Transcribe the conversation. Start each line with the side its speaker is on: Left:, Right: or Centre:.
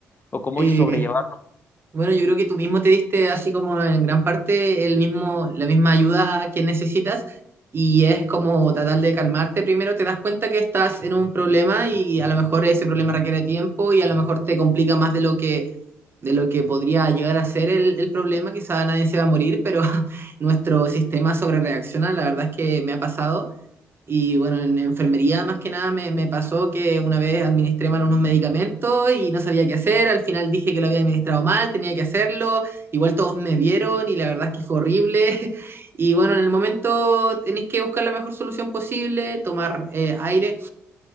Left: o cómo
Right: Eh,
Left: sobrellevar?
Right: Bueno, yo creo que tú mismo te diste así como en gran parte el mismo, la misma ayuda que necesitas y es como tratar de calmarte. Primero te das cuenta que estás en un problema y a lo mejor ese problema requiere tiempo y a lo mejor te complica más de lo que, de lo que podría llegar a ser el, el problema. Quizá nadie se va a morir, pero <laughs> nuestro sistema sobrereacciona. La verdad es que me ha pasado. Y bueno, en enfermería más que nada me, me pasó que una vez administré mal unos medicamentos y no sabía qué hacer. Al final dije que lo había administrado mal, tenía que hacerlo. Igual todos me vieron y la verdad es que fue horrible. <laughs> Y bueno, en el momento tenéis que buscar la mejor solución posible, tomar eh, aire